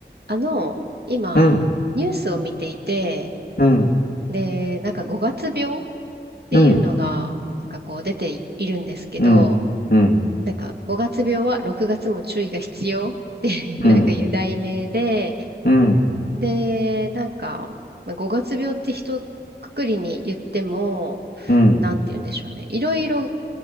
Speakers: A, on the right; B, on the left.
A: あの、今、
B: うん、
A: ニュースを見ていて、
B: うん、
A: で、なんか5月病っていうのが、
B: うん、
A: なんかこう出ていいるんですけど、
B: うん、うん、
A: なんか5月病は6月も注意が必要って
B: うん、
A: <laughs> なんかいう題名で、
B: うん、うん、
A: で、なんか、まあ、5月病って一括りに言っても、
B: うん、
A: なんて言うんでしょうね。いろいろ